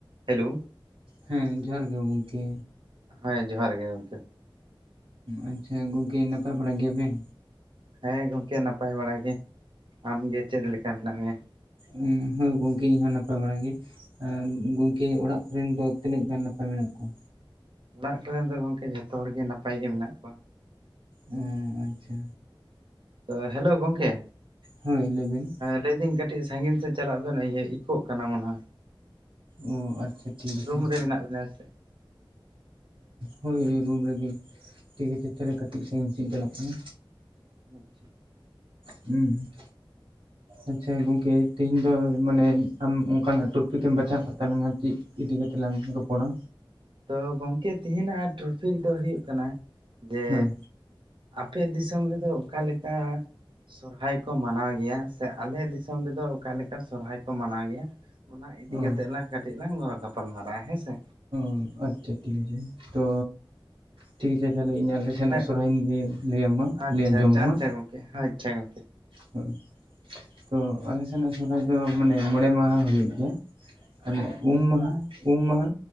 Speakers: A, on the right; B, on the right.
A: Hello
B: ᱦᱮᱸ ᱡᱚᱦᱟᱨ ᱜᱮ ᱜᱚᱢᱠᱮ
A: ᱦᱮᱸ ᱡᱚᱦᱟᱨ ᱜᱮ ᱜᱚᱢᱠᱮ
B: ᱟᱪᱪᱷᱟ ᱜᱚᱝᱠᱮ ᱱᱟᱯᱟᱭ ᱵᱟᱲᱟ ᱜᱮᱭᱟ ᱵᱮᱱ
A: ᱦᱮᱸ ᱜᱚᱢᱠᱮ ᱱᱟᱯᱟᱭ ᱵᱟᱲᱟ ᱜᱮ ᱟᱢᱜᱮ ᱪᱮᱫ ᱞᱮᱠᱟ ᱢᱮᱱᱟᱜ ᱢᱮᱭᱟ ᱾
B: ᱩᱸ ᱦᱳᱭ ᱜᱚᱝᱠᱮ ᱤᱧᱦᱚᱸ ᱱᱟᱯᱟᱭ ᱵᱟᱲᱟ ᱜᱮ ᱜᱚᱝᱠᱮ ᱚᱲᱟᱜ ᱠᱚᱨᱮᱱ ᱫᱚ ᱛᱤᱱᱟᱹᱜ ᱜᱟᱱ ᱱᱟᱯᱟᱭ ᱢᱮᱱᱟᱜ ᱠᱚᱣᱟ
A: ᱚᱲᱟᱜ ᱠᱚᱨᱮᱱ ᱫᱚ ᱜᱚᱝᱠᱮ ᱡᱷᱚᱛᱚ ᱦᱚᱲ ᱜᱮ ᱱᱟᱯᱟᱭ ᱜᱮ ᱢᱮᱱᱟᱜ ᱠᱚᱣᱟ᱾
B: ᱚ ᱟᱪᱪᱷᱟ
A: ᱛᱚ ᱦᱮᱞᱳ ᱜᱚᱢᱠᱮ
B: ᱦᱳᱭ ᱞᱟᱹᱭ ᱵᱤᱱ
A: ᱞᱟᱹᱭ ᱫᱟᱹᱧ ᱠᱟᱹᱴᱤᱡ ᱥᱟᱺᱜᱤᱧ ᱥᱮᱫ ᱪᱟᱞᱟᱜ ᱵᱮᱱ ᱤᱭᱟᱹ ᱤᱠᱳᱜ ᱠᱟᱱᱟ ᱢᱚᱱᱮ
B: ᱚ ᱟᱪᱪᱷᱟ ᱴᱷᱤᱠ ᱟᱪᱷᱮ
A: ᱨᱩᱢ ᱨᱮ ᱢᱮᱱᱟᱜ ᱵᱮᱱᱟ ᱥᱮ
B: ᱦᱳᱭ ᱨᱩᱢ ᱨᱮᱜᱮ ᱴᱷᱤᱠ ᱟᱪᱷᱮ ᱛᱟᱦᱚᱞᱮ ᱠᱟᱹᱴᱤᱡ ᱥᱟᱺᱜᱤᱧ ᱥᱮᱧ ᱪᱟᱞᱟᱜ ᱠᱟᱱᱟ᱾
A: ᱚᱟᱪᱪᱷᱟ
B: ᱦᱩᱸ ᱟᱪᱪᱷᱟ ᱜᱚᱝᱠᱮ ᱛᱤᱦᱤᱧ ᱫᱚ ᱢᱟᱱᱮ ᱟᱢ ᱚᱱᱠᱟᱱᱟᱜ ᱴᱨᱚᱯᱤᱠᱮᱢ ᱵᱟᱪᱷᱟᱣ ᱠᱟᱜ ᱛᱟᱞᱟᱝᱟ ᱪᱮᱫ ᱤᱫᱤ ᱠᱟᱛᱮ ᱞᱟᱝ ᱨᱚᱯᱚᱲᱟ
A: ᱛᱚ ᱜᱚᱢᱠᱮ ᱛᱮᱦᱮᱧᱟᱜ ᱴᱨᱚᱯᱷᱤᱠ ᱫᱚ ᱦᱩᱭᱩᱜ ᱠᱟᱱᱟ ᱡᱮ
B: ᱦᱳᱭ
A: ᱟᱯᱮ ᱫᱤᱥᱚᱢ ᱨᱮᱫᱚ ᱚᱠᱟᱞᱮᱠᱟ ᱥᱚᱨᱦᱟᱭ ᱠᱚ ᱢᱟᱱᱟᱣ ᱜᱮᱭᱟ ᱥᱮ ᱟᱞᱮ ᱫᱤᱥᱚᱢ ᱨᱮᱫᱚ ᱚᱠᱟᱞᱮᱠᱟ ᱥᱚᱨᱦᱟᱭ ᱠᱚ ᱢᱟᱱᱟᱣ ᱜᱮᱭᱟ᱾ ᱚᱱᱟ ᱤᱫᱤ
B: ᱚ
A: ᱠᱟᱛᱮᱜ ᱞᱟᱝ ᱠᱟᱹᱴᱤᱡ ᱞᱟᱝ ᱜᱟᱯᱟᱞ ᱢᱟᱨᱟᱜᱼᱟ ᱦᱮᱸ ᱥᱮ
B: ᱚ ᱟᱪᱪᱷᱟ ᱴᱷᱤᱠ ᱛᱚ ᱴᱷᱤᱠ ᱟᱪᱷᱮ ᱛᱟᱦᱚᱞᱮ ᱤᱧ ᱟᱞᱮ
A: ᱛᱟᱦᱚᱞᱮ
B: ᱥᱮᱱᱟᱜ ᱥᱚᱨᱦᱟᱭᱧ ᱞᱟᱹᱭ ᱞᱟᱹᱭ ᱟᱢᱟ
A: ᱟᱪᱪᱷᱟ
B: ᱞᱟᱹᱭ ᱟᱸᱡᱚᱢᱟᱢᱟ
A: ᱟᱪᱪᱷᱟ ᱟᱪᱪᱷᱟ ᱜᱚᱝᱠᱮ ᱟᱪᱪᱷᱟ ᱜᱚᱝᱠᱮ
B: ᱦᱳᱭ ᱛᱚ ᱟᱞᱮ ᱥᱮᱱᱟᱜ ᱥᱚᱨᱚᱦᱟᱭ ᱫᱚ ᱢᱟᱱᱮ ᱢᱚᱬᱮ ᱢᱟᱦᱟ ᱦᱩᱭᱩᱜ ᱜᱮᱭᱟ ᱢᱟᱱᱮ
A: ᱟᱪᱪᱷᱟ
B: ᱩᱢ ᱢᱟᱦᱟ ᱩᱢ ᱢᱟᱦᱟ